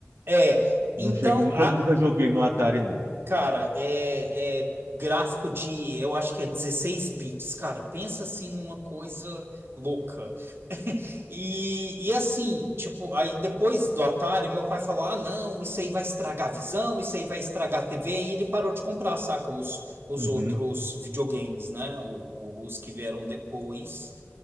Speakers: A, on the right; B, on the right.
A: É,
B: Não
A: então,
B: cheguei, nunca,
A: a-
B: nunca joguei no Atari, não.
A: Cara, é, é gráfico de, eu acho que é 16 bits, cara. Pensa assim numa coisa louca. E, e assim, tipo, aí depois do Atari, meu pai falou: ah, não, isso aí vai estragar a visão, isso aí vai estragar a TV. E ele parou de comprar, saca? Os, os
B: Uhum.
A: outros videogames, né? O- o- os que vieram depois.